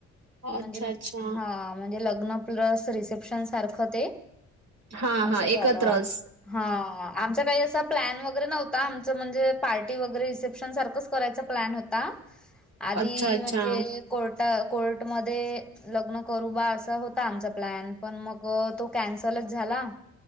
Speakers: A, on the right; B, in the centre.
A: अच्छा,
B: म्हणजे
A: अच्छा.
B: हा म्हणजे लग्न प्लस रिसेप्शन सारखं ते
A: हां, हां.
B: असं
A: एकत्रच.
B: झालं हां. आमचा काही असा प्लॅन वगैरे नव्हता. आमचं म्हणजे पार्टी वगैरे रिसेप्शन सारखंच करायचा प्लॅन होता. आधी
A: अच्छा अच्छा.
B: म्हणजे कोर्टा कोर्टमध्ये लग्न करू बा असा होता आमचा प्लॅन पण मग तो कॅन्सलच झाला.